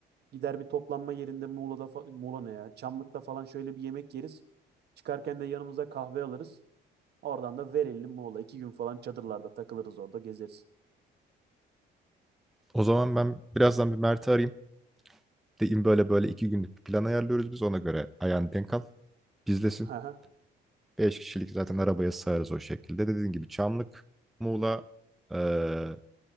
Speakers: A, on the right; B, in the centre.
A: Gider bir toplanma yerinde Muğla'da fa- Muğla ne ya? Çamlık'ta falan şöyle bir yemek yeriz. Çıkarken de yanımıza kahve alırız. Oradan da Verelim Muğla. iki gün falan çadırlarda takılırız orada gezeriz.
B: O zaman ben birazdan bir Mert'i arayayım. Deyim böyle böyle iki günlük bir plan ayarlıyoruz biz. Ona göre ayağını denk al. Bizlesin.
A: <laughs> Hı hı,
B: Beş kişilik zaten arabaya sığarız o şekilde. Dediğin gibi Çamlık, Muğla, eee,